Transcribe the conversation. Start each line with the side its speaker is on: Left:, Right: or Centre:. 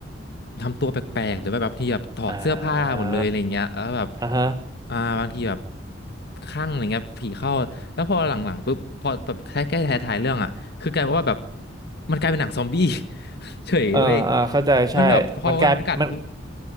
Left: ทำตัวแปลกๆหรือว่าแบบที่แบบถอดเสื้อผ้าหมดเลยอะไรเงี้ยแล้วแบบ
Right: อ่าอ่าฮะ
Left: อ่าบางทีแบบข้างอะไรเงี้ยผีเข้าแล้วพอหลังๆปุ๊บพอแบบใกล้ๆท้ายๆเรื่องอ่ะ คือกลายเป็นว่าแบบมันกลายเป็นหนังซอมบี้ <laughs> เฉยเว้ย
Right: เออเออเข้าใจใช่มันกลายมัน
Left: มันแบบพอมันกัดปุ๊บ